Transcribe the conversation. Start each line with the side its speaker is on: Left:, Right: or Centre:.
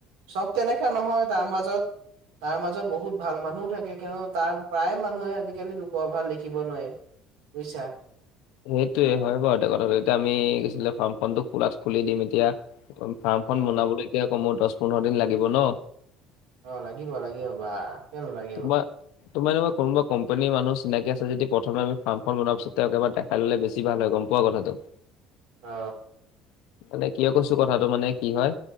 Right: চব তেনেকা নহয় তাৰ মাজত তাৰ মাজত বহুত ভাল মানুহো থাকে কিয়নো তাৰ প্ৰায় মানুহে আজিকালি লোকৰ ভাল দেখিব নোৱাৰি। বুইছা।
Left: সেইটোয়ে হয় বাৰু এতিয়া কথাটো এতিয়া আমি কিছিলে ফাৰ্মখনটো খোলাত খুলি দিম এতিয়া ফাৰ্মখন
Right: উম,
Left: বনাবলৈকে আকৌ মোৰ দছ পোন্ধৰ দিন লাগিব ন।
Right: অ লাগিব লাগিব বা। কিয় নালাগিব
Left: তোমাৰ- তোমাৰ এনেকুৱা কোনোবা কম্পনীৰ মানুহ চিনাকি আছে যদি প্ৰথমে আমি ফাৰ্মখন বনোৱা পাছত তেওঁক এবাৰ দে খাই ললে বেছি ভাল হয় গম পোৱা কথাটো।
Right: অ।
Left: মানে কিয় কৈছো কথাটো মানে কি হয়